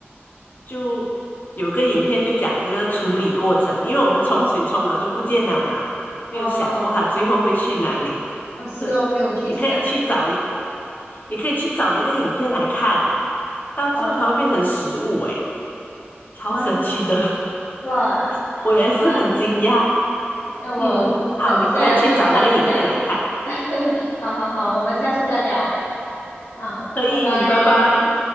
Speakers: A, on the left; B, on the left.
A: 就有个影片就讲这个处理过程，因为我们冲水冲了就不见了嘛，没有想过它最后会去哪里。
B: 哦，啊是哦，
A: 对，
B: 没有去想，
A: 你可以去找一，你可以去找那个影片来看，到最后它会变成食物、
B: 好啊
A: 欸诶，超神奇的，
B: 啊哇，
A: <laughs> 我也是很惊讶。
B: 好啊，那我等一下要去看一下，
A: 嗯，好，你快点去找那个影片来看，
B: <laughs> 好好好，我们下次再聊。好，
A: 可以，
B: 拜拜。
A: 拜拜。